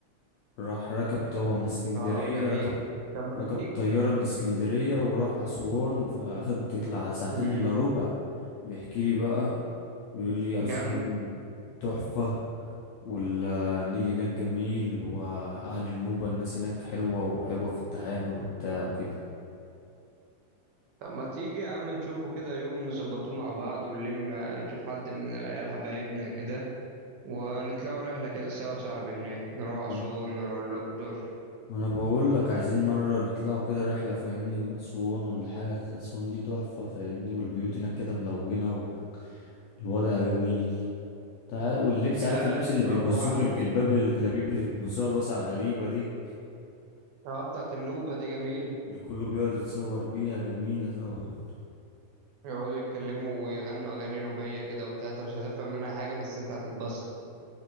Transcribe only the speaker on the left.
راح ركب طوة من اسكندرية
ركب
ركب
طيارة من اسكندرية وراح أسوان أخد تطلع ساعتين
إلا ربع بيحكي لي بقى بيقول لي أسوان
تحفة والنيل هناك جميل وأهل النوبة الناس هناك حلوة وحلوة في التعامل وبتاع وكده
ما
أنا
ما أنا بقول لك عايزين مرة نطلعوا كده رحلة فاهمني أسوان ولا حاجة أسوان دي تحفة فاهمني والبيوت هناك كده ملونة والوضع جميل تعال واللبس
عارف اللبس
اللي
بيلبسوه
الجلباب
الجلابيب اللي بيلبسوها الواسعة الغريبة دي
اللي كله بيقعد يتصور بيها جميلة طبعا